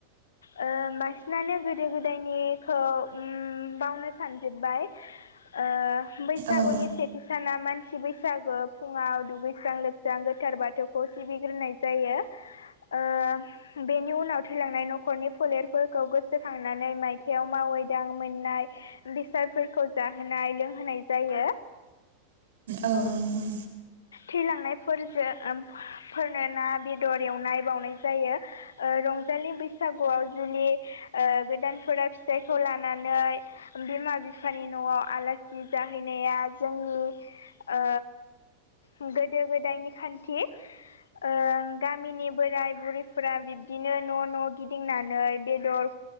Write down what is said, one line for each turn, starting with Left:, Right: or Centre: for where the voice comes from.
Left: ओ बांसिनानो गोदो गोदायनिखौ उम बावनो सानजोब्बाय। ओ बैसागुनि
Right: औ
Left: से थि साना मानसि बैसागो फुङाव दुगैस्रां लोबस्रां गोथार बाथौखौ सिबिग्रोनाय जायो। ओ बेनि उनाव थैलांनाय न'खर न'खर न'खरनि फोलेरफोरखौ गोसोखांनानै मायथाइयाव मावै दाङै मोननाय। बेसादफोरखौ जाहोनाय लोंहोनाय जायो।
Right: औ नंगौ।
Left: थैलांनायफोरजों फोरनो ना बेदर एवनाय बावनाय जायो। ‌ ओ रंजालि बैसागुआव जुनि ओ गोदानफोरा फिसाइखौ लानानै बिमा बिफानि न'आव आलासि जाहैनाया जोंनि ओ गोदो गोदायनि खान्थि ओ गामिनि बोराय बुरैफोरा बिब्दिनो न' न' गिदिंनानै बेदर